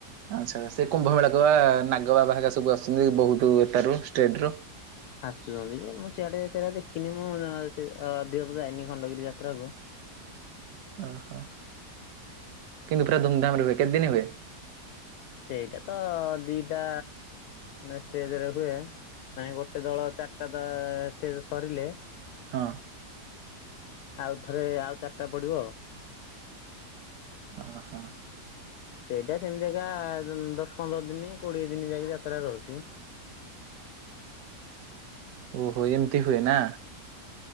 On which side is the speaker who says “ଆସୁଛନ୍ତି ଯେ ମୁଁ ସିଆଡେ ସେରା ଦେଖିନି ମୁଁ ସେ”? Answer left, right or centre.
Left